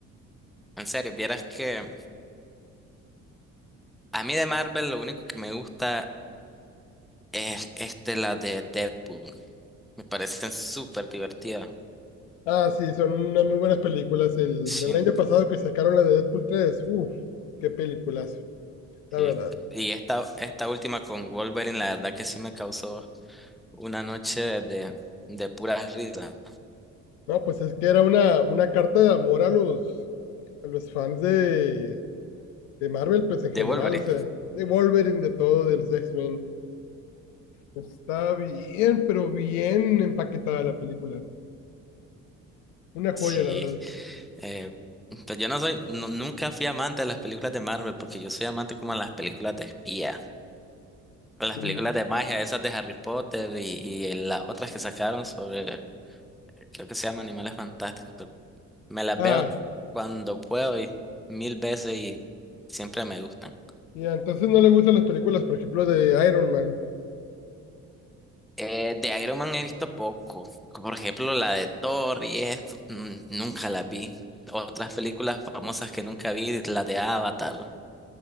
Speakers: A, in the centre; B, on the left (about 85°).
A: En serio, vieras que a mí de Marvel lo único que me gusta es este, la de Deadpool. Me parecen súper divertidas.
B: Ah, sí, son unas muy buenas películas. El,
A: Sí.
B: el año pasado que sacaron la de Deadpool tres uff, qué peliculazo, la
A: Sí.
B: verdad.
A: Y esta, esta última con Wolverine, la verdad que sí me causó Una noche de, de pura risa.
B: No, pues es que era una, una carta de amor a los, a los fans de, de Marvel, pues en
A: De
B: general,
A: Wolverine.
B: o sea, de Wolverine, de todo, del X-Men. Está bien, pero bien empaquetada la película. Una joya,
A: Sí.
B: la verdad.
A: eh, pues yo no soy, nu- nunca fui amante de las películas de Marvel, porque yo soy amante como a las películas de espía, a las
B: Y,
A: películas de magia, esas de Harry Potter y, y el- las otras que sacaron sobre, creo que se llaman Animales Fantásticos. pero me las
B: ah,
A: veo cuando puedo y mil veces y siempre me gustan.
B: y entonces no le gustan las películas, por ejemplo, de Iron Man.
A: Eh, de Iron Man he visto poco. Por ejemplo, la de Thor y esto, mm, nunca las vi. Otras películas famosas que nunca vi, la de Avatar.